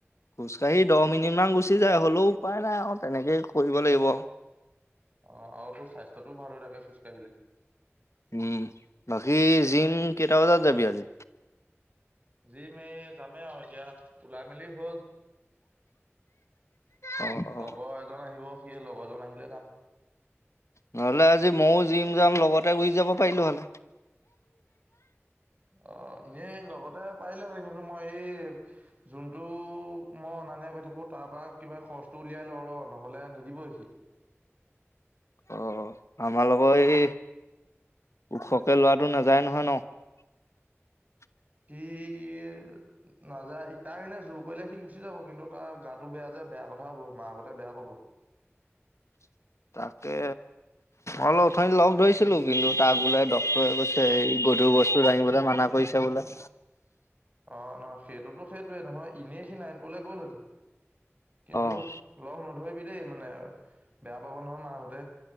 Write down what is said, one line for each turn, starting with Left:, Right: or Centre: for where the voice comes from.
Left: খোজ কাঢ়ি দহ মিনিট মান গুচি যায় হ'লেও উপায় নাই আৰু তেনেকেই কৰিব লাগিব
Right: অ আৰু তোৰ স্বাস্থ্যটোও ভাল হৈ থাকে খোজকাঢ়িলে
Left: উম বাকী জিম কেইটা বজাত যাবি আজি
Right: যি ম যামেই আৰু এতিয়া ওলাই মেলি হল।
Left: অ অ
Right: লগৰ এজন আহিব সি লগৰজন আহিলে যাম।
Left: নহলে আজি ময়ো যিম যাম লগতে গুচি যাব পাৰিলো হলে।
Right: অ এনেই লগতে পাৰিলেহ কিন্তু মই এই যোনটো মই অনান কৈ থাকো তাৰ পৰা কিবা খৰচটো উলিয়াই লওঁ ৰ নহলে নিদিব সি
Left: অ আমাৰ লগত এই ওখকে লোৱাটো নাযায় নহয় ন
Right: ই নাযায় তাৰ কাৰে জোৰ কৰিলে সি গুচি যাব কিন্তু তাৰ গাটো বেয়া যে বেয়া কথা কথা হ'ব মাক আগতে বেয়া কব।
Left: <inaudible> তাকে অল উথ লগ ধৰিছিলো কিন্তু তাক বোলে ড্টৰে কৈছে হৰি গধুৰ বস্তু দাঙিবলৈ মানা কৰিছে বোলে
Right: অ নহ সেইটোতো সেইটয়ে নহয় এনেই সিনি আনটোলৈ গ'লহেঁতেন কিন্তু
Left: অ', অ',
Right: লগ নধৰিবি। দেই মানে বেয়া পাব নহয় মাহাহঁতে